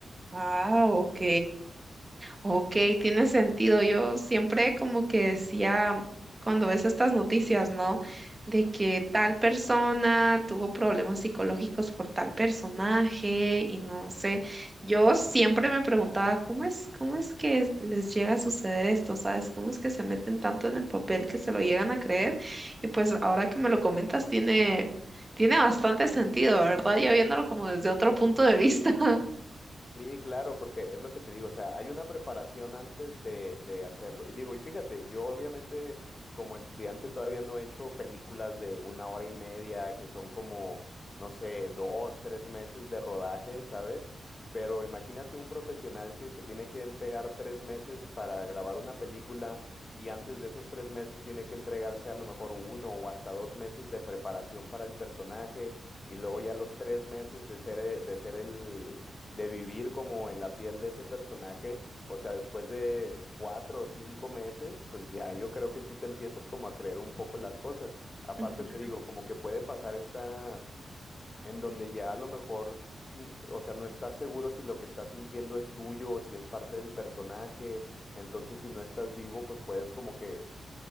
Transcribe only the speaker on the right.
Ah, ok. Ok, tiene sentido. Yo siempre como que decía, cuando ves estas noticias, ¿no? De que tal persona tuvo problemas psicológicos por tal personaje y no sé. Yo siempre me preguntaba, ¿cómo es, cómo es que les llega a suceder esto? ¿Sabes? ¿Cómo es que se meten tanto en el papel que se lo llegan a creer? Y pues ahora que me lo comentas, tiene, tiene bastante sentido, ¿verdad? Ya viéndolo como desde otro punto de vista.
<laughs>